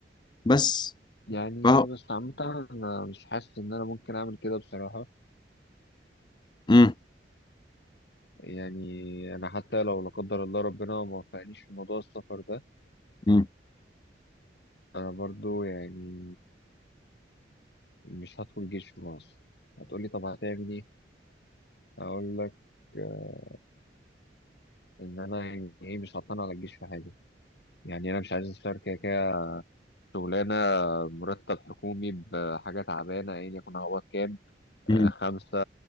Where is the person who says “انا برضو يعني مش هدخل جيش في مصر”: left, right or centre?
Left